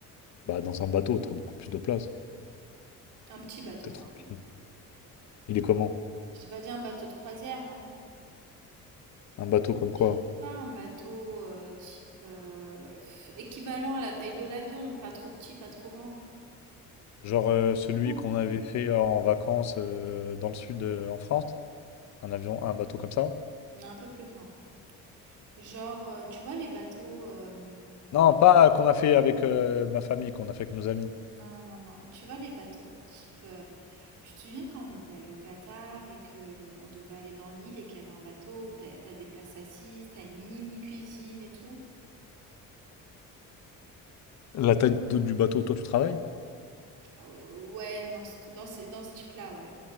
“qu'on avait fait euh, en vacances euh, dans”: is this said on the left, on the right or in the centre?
Left